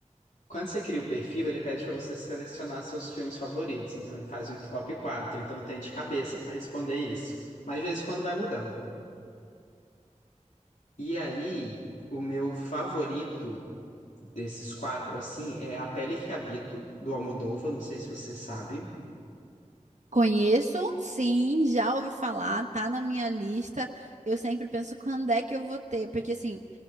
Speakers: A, on the left (about 70°); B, on the right (about 65°).
A: Quando você cria o perfil, ele pede para você selecionar seus filmes favoritos, então ele faz um top quatro então eu tenho de cabeça para responder isso. Mas de vez em quando vai mudando. E aí, o meu favorito desses quatro assim é A Pele que Habito do Almodóvar, não sei se você sabe.
B: Conheço, sim, já ouvi falar, tá na minha lista. Eu sempre penso quando é que eu vou ter, porque assim,